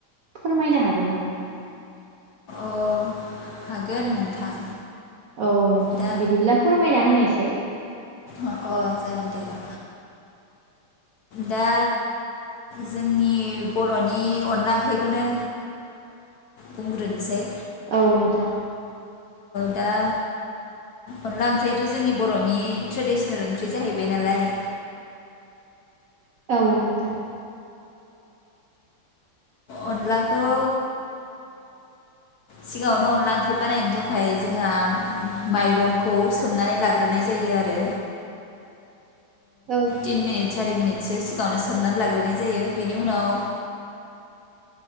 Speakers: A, on the right (about 65°); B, on the left (about 65°).
A: फोरमायनो हागोन नामा?
B: अ हागोन नोंथां।
A: औ नोंथां
B: दा
A: बिदिब्ला फोरमायना होनायसै।
B: अ अ जागोन दे र' दा जोंनि बर'नि अनला ओंख्रिखौनो। बुंग्रोनसै।
A: औ नोंथां।
B: दा अनला ओंख्रियाथ' जोंनि बर'नि ट्रेडिसनेल ओंख्रि जाहैबाय नालाय।
A: दटाउन द
B: अनलाखौ सिगाङावनो अनला ओंख्रि बानायनो थाखाय जोंहा माइरंखौ सोमनानै लाग्रोनाय जायो आरो।
A: औ
B: तिन मिनिट सारि मिनिट। ो सिगाङावनो सोमनानै लाग्रोनाय जायो बेनि उनाव।